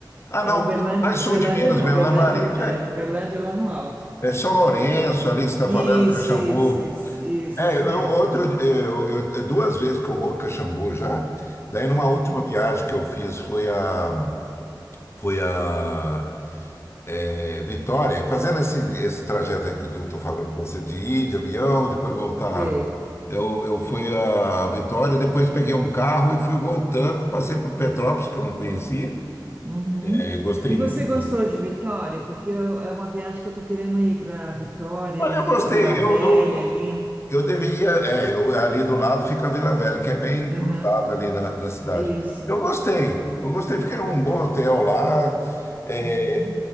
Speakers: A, on the left; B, on the right.
A: Ah,
B: É
A: não,
B: Uberlândia,
A: mais sul
B: Uberlândia
A: de Minas
B: não,
A: mesmo,
B: Uberlândia
A: Lambari, já
B: é
A: é,
B: Uberlândia lá no alto.
A: é São Lourenço,
B: É
A: ali que você está
B: isso,
A: falando, Caxambu.
B: isso, isso, isso,
A: É,
B: isso
A: eu,
B: mesmo.
A: outro, eu, eu- eu- é duas vezes que eu vou a Caxambu já. Daí, numa
B: Uhum,
A: última viagem que eu fiz, foi a, foi a é, Vitória, fazendo esse, esse trajeto aí que eu estou falando com você, de ir de avião, depois voltar.
B: sei.
A: Eu, eu fui a Vitória, depois peguei um carro e fui voltando. Passei por Petrópolis, que eu não conhecia.
B: Uhum.
A: É, gostei
B: E você
A: muito.
B: gostou de Vitória? Porque eu- é uma viagem que eu estou querendo ir para Vitória
A: Olha,
B: e
A: eu gostei.
B: Vila Velha
A: Eu, eu,
B: ali.
A: Eu deveria, é, eu, ali do lado fica a Vila Velha, que é bem
B: Uhum.
A: grudado ali na, na cidade.
B: Isso.
A: Eu gostei, eu gostei, fiquei num bom hotel lá. é,
B: Uhum.